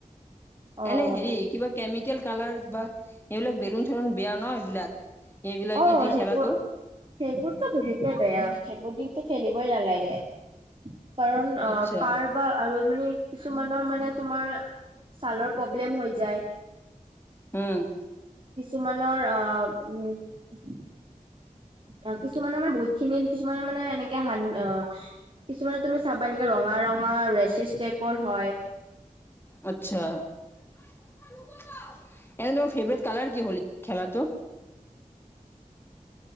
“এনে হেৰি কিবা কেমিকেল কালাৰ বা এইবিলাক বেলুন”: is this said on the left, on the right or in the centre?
Left